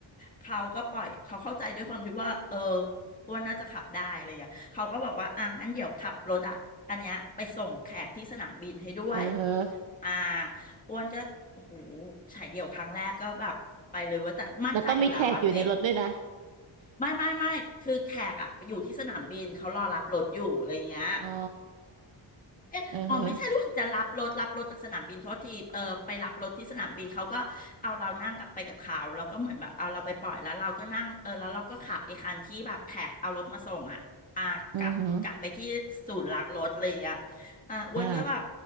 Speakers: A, on the left; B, on the right.
A: เขาก็ปล่อยเขาเข้าใจด้วยความที่ว่าเอออ้วนน่าจะขับได้อะไรอย่างเงี้ยเขาก็บอกว่าอ่ะงั้นเดี๋ยวขับรถอ่ะอันเนี้ยไปส่งแขกที่สนามบินให้ด้วย
B: เออฮะ
A: อ่าอ้วนก็โอ้โหฉายเดี่ยวครั้งแรกก็แบบไปเลยเว่าแต่มั่นใจอยู่แล้วว่าตัวเอง
B: แล้วต้องมีแขกอยู่ในรถด้วยนะ
A: ไม่ไม่ไม่คือแขกอะอยู่ที่สนามบิน เขารอรับรถอยู่อะไรอย่างเงี้ย
B: อ๋อ
A: เอออ๋อไม่ใช่รู้สึกจะรับรถรับรถจากสนามบินโทษทีเออไปรับรถที่สนามบินเขาก็เอาเรานั่งกลับไปกับเขาแล้วก็เหมือนแบบเอาเราไปปล่อยแล้วเราก็นั่งเออแล้วเราก็ขับไอ้คันที่แบบแขกเอารถมาส่งอ่ะอ่ากลับกลับไปที่ศูนย์ล้างรถอะไรอย่างเงี้ย
B: เออฮะอือฮึ
A: อ่าอ้วนก็แบบ
B: อ่า